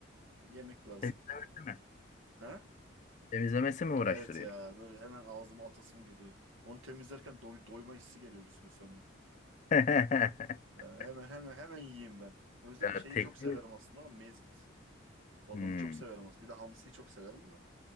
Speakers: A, on the right; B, on the left.
A: e, yemek lazım.
B: Temizlemesi mi?
A: Ha?
B: Temizlemesi mi uğraştırıyor?
A: Evet ya böyle hemen ağzıma atasım geliyor. Onu temizlerken doy- doyma hissi geliyor bir süre sonra.
B: <laughs>
A: Yani hemen hemen hemen yiyeyim ben. O yüzden
B: Ya
A: şeyi
B: tekniği...
A: çok severim aslında ama mezgit balığını
B: Hmm,
A: çok severim aslında. Bir de hamsiyi çok severim de.